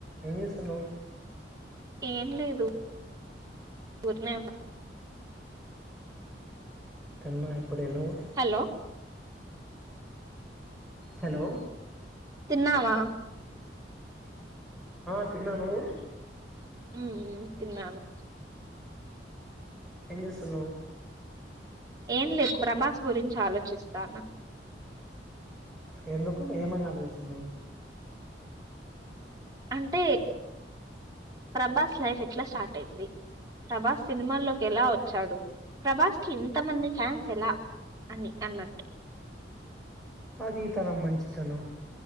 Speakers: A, in the centre; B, on the right.
A: ఏం జేస్తున్నావ్
B: ఏం లేదు ఊరినే ఉన్నా
A: తిన్నా ఇప్పుడే నువ్వు
B: హలో
A: హలో
B: తిన్నావా
A: ఆ తిన్నా నువ్వు
B: ఉమ్ తిన్నాను
A: ఏం చేస్తున్నావ్
B: ఏం లేదు ప్రభాస్ గురించి ఆలోచిస్తానా
A: ఎందుకు ఏమని ఆలోచిస్తున్నావ్
B: అంటే ప్రభాస్ లైఫ్ ఎట్లా స్టార్ట్ అయింది ప్రభాస్ సినిమాల్లోకి ఎలా వచ్చాడు ప్రభాస్ కి ఇంతమంది ఫ్యాన్స్ ఎలా అని అన్నట్టు
A: అది తన మంచితనం